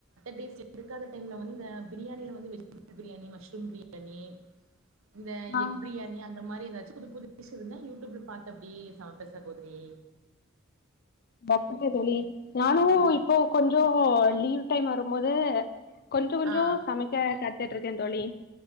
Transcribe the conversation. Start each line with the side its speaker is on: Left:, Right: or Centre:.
Right: டேஸ் எக்காத டைம்ல வந்து இந்த பிரியாணில வந்து வெஜிடபிள் பிரியாணி மஷ்ரூம் பிரியாணி இந்த
Left: ஆ
Right: எக் பிரியாணி அந் மாரி எதாச்சு புது புது டிஷ் இருந்தா யூட்யூப்ல பாத்து அப்டியே சமப்ப சகோதரி
Left: <unintelligible> நானு இப்போ கொஞ்ச லீவ் டைம் வரும்போது கொஞ்சோ கொஞ்சோ
Right: ஆ
Left: சமைக்க கத்துட்ருக்க தோழி